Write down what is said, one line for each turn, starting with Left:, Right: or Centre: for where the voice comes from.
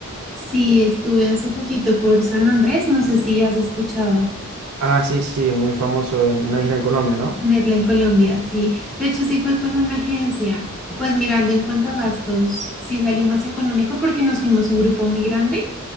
Centre: Sí, estuve hace poquito por San Andrés, no sé si has escuchado.
Right: Ah, sí, sí, muy famoso en una isla en Colombia, ¿no?
Centre: Nestlé en Colombia, sí. De hecho, sí fue con una agencia. Pues mirando en cuanto a gastos, sí salió más económico porque nos fuimos un grupo muy grande